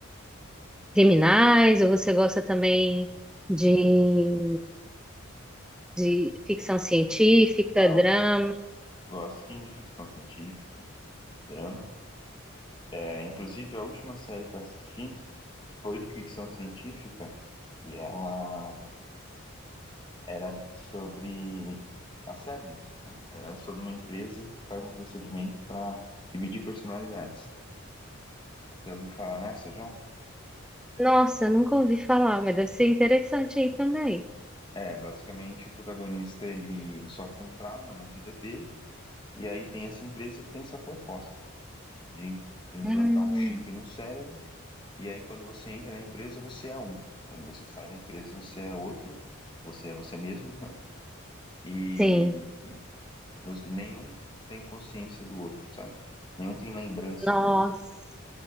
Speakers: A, in the centre; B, on the left (about 20°).
A: criminais, ou você gosta também de, de ficção científica,
B: então,
A: drama?
B: gosto sim de ficção científica, drama. É, inclusive, a última série que eu assisti foi de ficção científica e ela era sobre a Severance, né? Era sobre uma empresa que faz um procedimento para dividir personalidades. Você ouviu falar nessa já?
A: Nossa, eu nunca ouvi falar, mas deve ser interessante aí também.
B: É, basicamente o protagonista ele sofre um trauma na vida dele e aí tem essa empresa que tem essa proposta de im- implantar
A: Hum,
B: um chip no cérebro e aí quando você entra na empresa você é um, quando você sai da empresa você é outro, você é você mesmo E
A: sim,
B: e você- nenhum tem consciência do outro, sabe? Nenhum tem lembrança
A: nossa,
B: do outro.